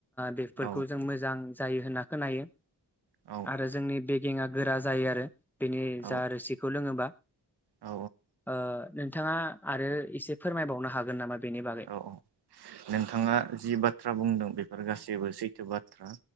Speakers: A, in the centre; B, on the right.
A: बेफोरखौ
B: औ
A: जों मोजां जायो होनना खोनायो,
B: औ
A: आरो जोंनि बे थिंआ गोरा जायो आरो बेनि
B: औ
A: जा आरो खौ लोङोबा ओ,
B: औ
A: नोंथाङा आरो एसे फोरमायबावनो हागोन नामा? बेनि बागै
B: औ औ नोंथाङा जि बाथ्रा बुंदों बेफोर गासैबो सैथो, सैथो बाथ्रा